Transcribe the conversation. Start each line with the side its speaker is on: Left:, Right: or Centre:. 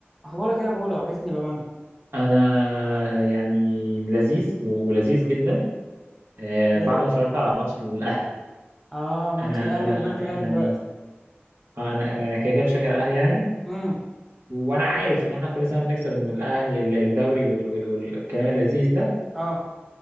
Centre: اخبارك ايه يا بولا وحشني بامانه
Right: انا يعني لذيذ و- ولذيذ جدا آه،
Centre: ايه
Right: بعد
Centre: كده
Right: ما اتفرجت على ماتش الاهلي
Centre: اه ماتش
Right: انا
Centre: الاهلي
Right: انا
Centre: والبنك الاهلي
Right: يعني
Centre: دلوقتي
Right: آه، انا انا كده كده بشجع الاهلي يعني
Centre: امم
Right: وانا عارف ان احنا كل سنه بنكسب الاهلي ال- الدوري وال- وال- والكلام اللذيذ ده
Centre: اه